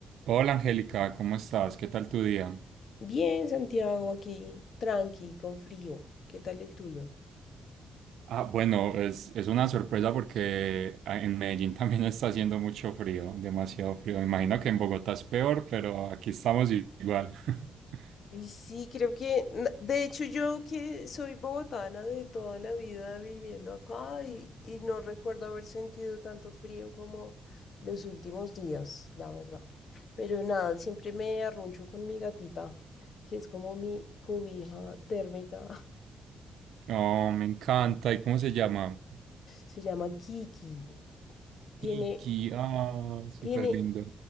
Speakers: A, on the right; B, on the left.
A: Hola Angélica, ¿cómo estás? ¿Qué tal tu día?
B: Bien, Santiago, aquí, tranqui, con frío. ¿Qué tal el tuyo?
A: Ah, bueno, es, es una sorpresa porque ah, en Medellín también <laughs> está haciendo mucho frío, demasiado frío. Imagino que en Bogotá es peor, pero aquí estamos i- igual. <laughs>
B: Y sí, creo que, na- de hecho yo que soy bogotana de toda la vida viviendo acá y, y no recuerdo haber sentido tanto frío como los últimos días, la verdad. Pero nada, siempre me arruncho con mi gatita, que es como mi cobija térmica <laughs>
A: Oh, me encanta. ¿Y cómo se llama?
B: Se llama Kiki. Tiene,
A: Kiki. Ah, súper
B: tiene,
A: lindo.